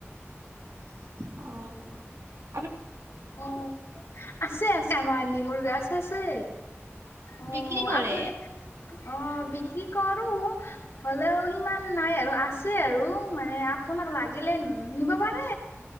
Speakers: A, on the right; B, on the left.
A: অ'।
B: অ', আছে, আছে, আমাৰ নিমুৰ গাছ আছে। অ',
A: বিক্ৰী কৰে
B: আপুনি, অ', বিকি কি কৰো। হ'লেও সিমান নাই আৰু আছে আৰু মানে আপোনাক লাগিলে নিব পাৰে।